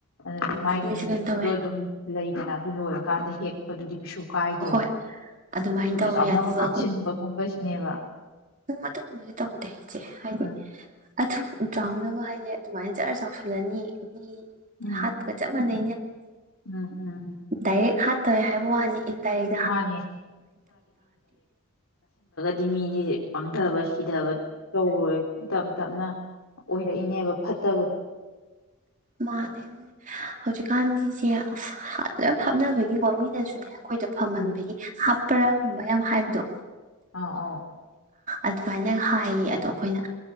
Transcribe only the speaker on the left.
ꯑꯗꯨ
ꯃꯥꯒꯤ
ꯅꯨꯃꯤꯠꯇꯣ
ꯑꯗꯨꯝ ꯂꯩꯗꯅ ꯑꯗꯨ ꯂꯣꯏꯔ ꯀꯥꯟꯗ ꯍꯦꯛꯄꯗꯨꯗꯤ ꯀꯩꯁꯨ ꯀꯥꯏꯗꯦꯕ
ꯊꯨꯅ
ꯆꯥꯎꯅꯕ
ꯀꯥꯞꯁꯤꯟꯕꯒꯨꯝꯕ
ꯅꯦꯕꯥ
ꯎꯝ
ꯎꯝ
ꯎꯝ ꯎꯝ ꯎꯝ
ꯃꯥꯅꯦ ꯗꯤꯃꯤꯒꯤ ꯄꯥꯡꯊꯕ ꯁꯤꯊꯕ ꯇꯧꯔꯣꯏ ꯇꯞ ꯇꯞꯅ ꯑꯣꯏꯔꯛꯏꯅꯦꯕ ꯐꯠꯇꯕꯗꯣ
ꯎꯝ
ꯑꯥ ꯑ